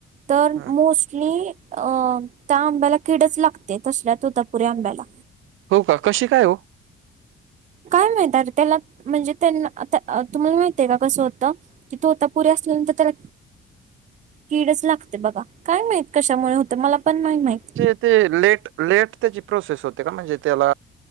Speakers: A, on the right; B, on the right.
A: तर
B: हं.
A: मोस्टली अ त्या आंब्याला कीडच लागते तसल्या ततापुरी्या आंब्याला.
B: हो का कशी काय हो
A: काय माहितरे त्याला म्हणजे त्यांना तुम्हाला माहितय का कसं होतं कि तो आता पुरीे असल्यानंतर त्याला कीडच लागते बघा काय माहित कशामुळे होतं मला पण नाही माहित.
B: ते लेट लेट त्याची प्रोसेस होते का म्हणजे त्याला